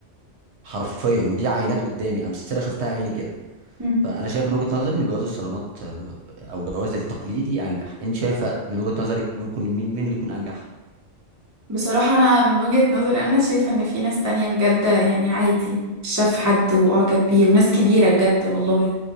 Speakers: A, on the right; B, on the right.
A: حرفيا ودي عينات قدامي امثله شفتها عيني كده
B: مم.
A: فانا شايف من وجهه نظري ان جواز الصالونات آه، او جواز التقليدي انجح انت شايفه من وجهه نظرك ممكن مين مين اللي يكون انجح
B: بصراحة أنا من وجهة نظري أنا شايفة إن في ناس تانية بجد يعني عادي شاف حد وأعجب بيه وناس كبيرة بجد والله